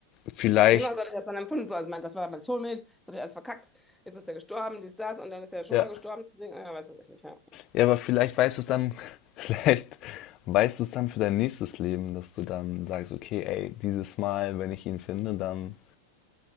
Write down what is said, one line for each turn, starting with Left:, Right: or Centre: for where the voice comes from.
Left: vielleicht,
Centre: Genau so habe ich das dann empfunden. So, also mein, das war mein Soulmate, jetzt habe ich alles verkackt, jetzt ist er gestorben, dies, das, und dann ist er schon
Left: ja,
Centre: mal gestorben. Deswegen, Ja, weiß was ich nicht. Ja.
Left: ja, aber vielleicht weißt du es dann, <laughs> vielleicht weißt du es dann für dein nächstes Leben, dass du dann sagst, okay, ey, dieses Mal, wenn ich ihn finde, dann